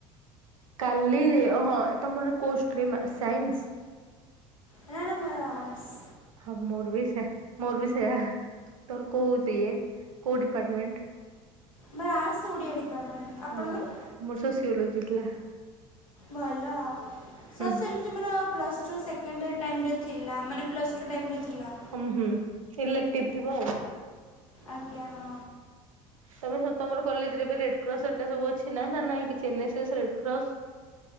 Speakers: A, on the right; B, on the left.
A: କାଲି ହଁ ତମର କୋଉ ଷ୍ଟ୍ରିମ୍ ସାଇନ୍ସ
B: ନା ନା ମର ଆର୍ଟସ
A: ହଁ ମୋର ବି ସେ ମୋର ବି ସେୟା ତୋର କୋଉ ଇଏ କୋଉ ଡିପାର୍ଟମେଣ୍ଟ
B: ମୋର ଆର୍ଟ୍ସ ଓଡିଆ ଡିପାର୍ଟମେଣ୍ଟ ଆପଣଙ୍କର
A: ହଁ ମୋର ସୋସିଓଲୋଜି ଥିଲା।
B: ଭଲ ଆଉ
A: ହୁଁ
B: ସସିଲ
A: ହୁଁ।
B: ଯେ ମୋର ପ୍ଲସ୍ ଟୁ ସେକେଣ୍ଡ ଇୟର ଟାଇମରେ ଥିଲା ମାନେ ପ୍ଲସ୍ ଟୁ ଟାଇମରେ ଥିଲା
A: ହୁଁ ହୁଁ ଇଲେକ୍ଟୀବ୍ ଥିବ ଆଉ
B: ଆଜ୍ଞା ହଁ
A: ତମେ ସ ତମର କଲେଜରେ ଏବେ ରେଡର ସବୁ ଅଛି ନା ନାଇଁ କିଛି ଏଏସ୍ ରେସ